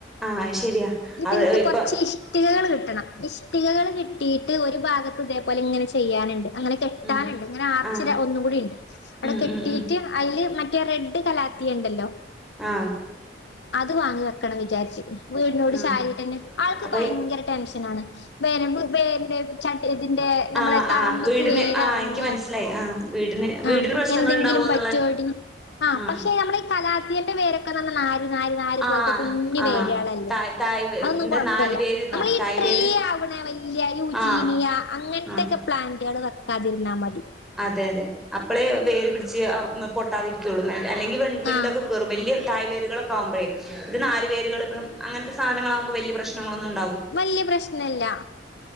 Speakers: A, in the centre; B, on the left.
A: ആഹ് ശരിയാ
B: ഇനിപ്പോഎനിക്ക്
A: അവ ഇപ്പം
B: കൊറച്ച് ഇഷ്ടികകൾ കിട്ടണം ഇഷ്ടികകൾ കിട്ടിയിട്ട് ഒരു ഭാഗത്ത് ഇതേപോലെ ഇങ്ങനെ ചെയ്യാനുണ്ട് അങ്ങനെ കെട്ടാനുണ്ട്
A: ഉം
B: ഇങ്ങനെ ആർച്
A: ആഹ്
B: ഒന്നും കൂടി ഉണ്ട് അവിടെ
A: ഉം
B: കെട്ടിട്ട്
A: ഉം ഉം
B: അതില് മറ്റേ മറ്റേറെഡ് കലാത്തിയാ ഉണ്ടല്ലോ
A: ആഹ്
B: അത് വാങ്ങാണ് ആക്കണം വിചാരിച്ച് വീടിനോട്
A: ആഹ്
B: ചാരിട്ട തന്നെ ആൾക്ക്
A: അപ്പൊ
B: ഭയങ്കര ടെൻഷൻ ആണ് വരവ് വേന്റെ ച ഇതിന്റെ നമ്മളെ
A: ആഹ്
B: തറമക്ക്
A: ആഹ് വീടിന്
B: വേരറങ്ങോ
A: ആഹ് എനിക്ക് മനസ്സിലായി ആഹ് വീടിന്
B: ആ
A: വീടിന് പ്രശ്നങ്ങൾ
B: എന്തെങ്കിലും
A: ഉണ്ടാവോന്നുള്ള
B: പറ്റുവോ ആ
A: ആഹ്
B: പക്ഷെ നമ്മള ഈ കലാതിയന്റെവേര് ഇപ്പോനര് നര്നര്പോലത്തെ
A: ആഹ്
B: കുഞ്ഞു
A: ആഹ്
B: വേര് കളല്ലേ
A: തായ് തായ്
B: അതൊന്നും
A: എന്താ
B: കുഴപ്പില്ല
A: നാര് വേര്ന്നോ
B: നമ്മള്ട്രീഅവ്ണ
A: തായ് വേര്
B: വല്യ കാനു യുജിനിയ
A: ആഹ്
B: അങ്ങനത്തെൊക്കെ
A: ആഹ്
B: പ്ലാന്റുകൾ വെക്കാതിരി ഇന്നാ മതി
A: അതെ അതെ അപ്പളേ വേര് പിടിച്ച് പൊട്ടാതി ഇരിക്കുള്ളൂ അല്ലെങ്കി വിണ്ടൊക്കെ
B: ആഹ്
A: കീറും വല്ല്യ താ വേരുകളക്കാമ്പഴേ ഇത് നാര് വേര്കൾ എപ്പഴും അങ്ങനത്തെ സാധനങ്ങളാവുമ്പോ വല്ല്യ പ്രശ്നങ്ങളൊന്നും ഉ
B: വല്യ പ്രശ്നല്ല്യ